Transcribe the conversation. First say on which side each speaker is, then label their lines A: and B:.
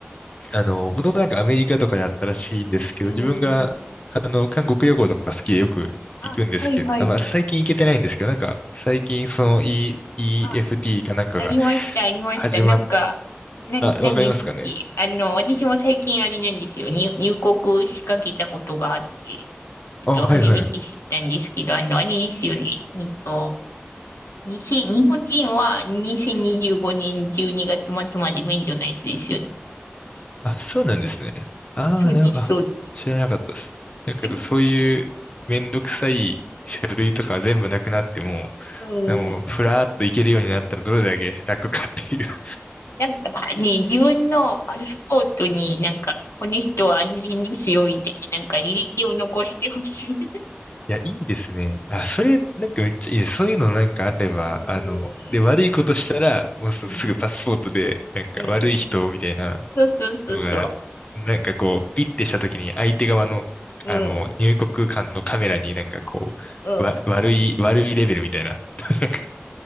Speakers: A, on the left; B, on the left.
A: あの、もともとなんかアメリカとかであったらしいんですけど、
B: うん。
A: 自分が、あの、韓国旅行とか好きでよく行くんですけど、
B: あ、はいはい。
A: あ、まあ最近行けてないんですけど、なんか最近その E、EFT
B: あ
A: かなんかが
B: ありました、ありました。
A: 始まっ、
B: なんか、な、
A: あ、
B: 何ですっけあの、
A: わかりますかね
B: 私も最近あれなんですよ。入、入国しかけたことがあって、ちょっと初めて知ったんですけど、
A: あ、はいはい。
B: あの、あれですよね。えっと、にせん日本人は2025年12月末まで免除のやつですよね。
A: あ、そうなんですね。ああ、
B: あ、そうです、
A: なるほど。あ、
B: そうです。
A: 知らなかったです。だけど、
B: え
A: そういうめんどくさい書類とかは全部なくなっても、
B: うん、うん
A: でもふらーっといけるようになったらどれだけ楽かっていう <laughs>
B: なんかね、自分のパスポートになんか、この人は安全ですよ、みたいな、なんか履歴を残してほしい。<laughs>
A: いや、いいですね。あ、それ、なんかめっちゃいいです。そういうのなんかあれば、
B: うん
A: あの、で、悪いことしたら、もうすすぐパスポートで、
B: うん。
A: なんか悪い人みたいな、
B: うん。そうそうそうそう。
A: のが、なんかこう、ピッてした時に相手側の、
B: うん。
A: あの、入国間のカメラになんかこう、
B: うん。
A: わ、悪い、悪いレベルみたいな、<laughs> なんか、